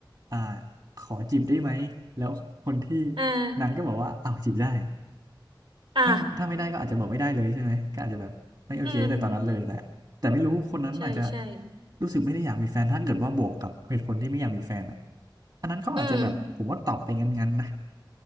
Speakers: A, on the right; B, on the right.
A: อ่าขอจีบได้ไหมแล้วคนที่
B: เออ
A: นั้นก็บอกว่าเอาวจีบได้
B: อ่ะ
A: ถ้าถ้าไม่ได้ก็อาจจะบอกไม่ได้เลยใช่ไหมก็อาจจะแบบไม่โอเคแต่ตอนนั้นเลยแต่แต่ไม่รู้คนนั้นอาจจะ
B: อืมใช่ใช่
A: รู้สึกไม่ได้อยากมีแฟนถ้าเกิดว่าบวกกับเหตุผลที่ไม่อยากมีแฟนอ่ะอันนั้นเขาอาจจะแบบผมว่าตอบไปงั้นๆนะ
B: อืม